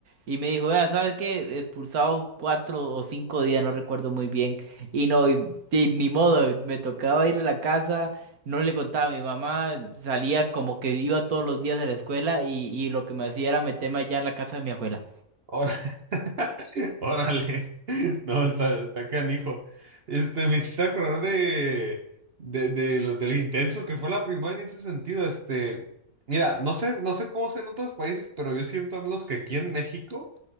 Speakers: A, on the right (about 80°); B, on the right (about 45°).
A: y me dijo, vea, ¿sabes qué? Expulsado cuatro o cinco días, no recuerdo muy bien. Y no, y, y ni modo, me tocaba ir a la casa, no le contaba a mi mamá, salía como que iba todos los días a la escuela y, y lo que me hacía era meterme allá en la casa de mi abuela.
B: Ahora, <laughs> órale. No, está, está canijo. Este, me hiciste acordar de, de, de lo, del intenso que fue la primaria en ese sentido. Este, mira, no sé, no sé cómo es en otros países, pero yo siento al menos que aquí en México.